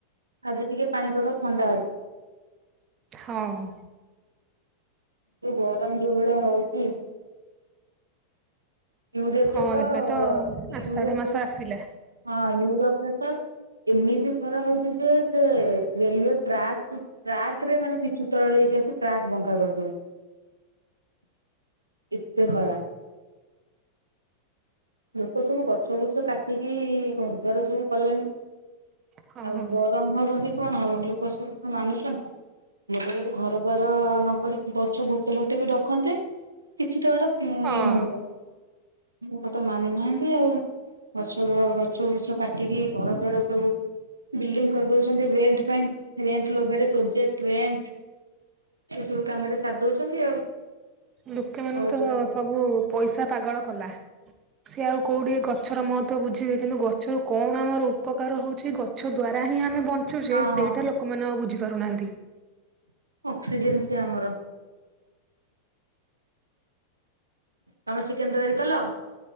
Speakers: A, on the right; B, on the right.
A: ଆଜି ଟିକେ ପାଣି ପାଗ ଥଣ୍ଡା ଅଛି।
B: ହଁ ଅଁ
A: ଯୋଉ ଗରମ ଯୋଉ ଭଳିଆ ହଉଚି ୟୁରୋପ
B: ହଁ
A: ତ
B: ଏବେ
A: ୟୁରୋପ
B: ଆଷାଢ ମାସ
A: ହଁ
B: ଆସିଲା
A: ୟୁରୋପର ତ ଏମିତି ଖରା ହଉଛି ଯେ- ସେ ରେଲୱେ ଟ୍ରାକ୍ ଟ୍ରାକ ରେ ମାନେ ପିଚୁ ତରଳି ହେଇକି ଆସି ଟ୍ରାକ୍ ବଙ୍କା କରିଦଉ ଏତେ ଖରା ଲୋକ ସବୁ ଗଛ ଗୁଛ କାଟିକି ଘରଦ୍ୱାର ସବୁ କଲେଣି
B: ହଁ
A: ଆଉ ଗରମ ହବନି କଣ ହବ? ଲୋକ ସବୁ ମାନୁଛନ୍ତି। ଲୋକ ଯଦି ଘର ଦ୍ୱାର ନ କରିକି ଗଛ ଗୋଟେ ଗୋଟେ ବି ଖନ୍ତେ, କିଛିଟା ଗୋଟେ ଇଏ
B: ହଁ।
A: ହୁଅନ୍ତା ଲୋକ ତ ମାନୁନାହାନ୍ତି ଆଉ, ଗଛରୁ ଗଛ ବୃଛ କାଟିକି ଘର ଦ୍ୱାର ସବୁ ବିଲ୍ଡିଂ କରିଦଉଛନ୍ତି ରେଣ୍ଟ ପାଇଁ ରେଣ୍ଟ ଲୋଭରେ ପ୍ରୋଜେକ୍ଟ ରେଣ୍ଟ -- ଏ ସବୁ କାମରେ ସାର ଦଉଛନ୍ତି ଆଉ
B: ଲୁକେମାନଙ୍କୁ
A: ହଉ ଜୋରେ
B: ତ
A: ହଁ
B: ସବୁ ପଇସା ପାଗଳ କଲା। ସିଏ ଆଉ କଉଡି ଗଛର ମହତ୍ୱ ବୁଝିବେ କିନ୍ତୁ ଗଛରୁ କଣ ଆମର ଉପକାର ହଉଛି ଗ ଛ ଦ୍ଵାରା ହିଁ ଆମେ ବଞ୍ଚୁଚେ
A: ହଁ
B: ସେଇଟା ଲୋକମାନେ ଆଉ ବୁଝିପାରୁନାହାନ୍ତି।
A: ଅସ୍ସିଜେନ୍‌ ସେ ଆମର। ତମେ ଚିକେନ ତକାରି କଲ?